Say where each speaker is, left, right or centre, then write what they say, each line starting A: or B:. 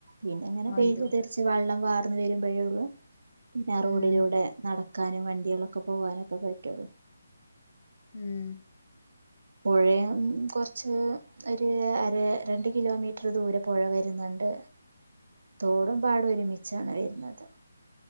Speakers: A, on the right; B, on the left.
A: പിന്നെ ഇങ്ങനെ വെയിൽ
B: അയ്യോ
A: തർച്ച് വെള്ളം വാർന്ന് വരുമ്പോഴേള്ളു പിന്നെ ആ റോഡിലൂടെ
B: ഉം
A: നട വെക്കാനും വണ്ടികളൊക്കെ പോവാനൊക്കെ പറ്റുള്ളു
B: ഉം
A: പുഴയും കൊറച്ച് ഒരു അര രണ്ട് കിലോമീറ്റർ ദൂരെ പുഴ വരുന്നുണ്ട് തോടും പാട ഒരുമിച്ചാണ് വരുന്നത്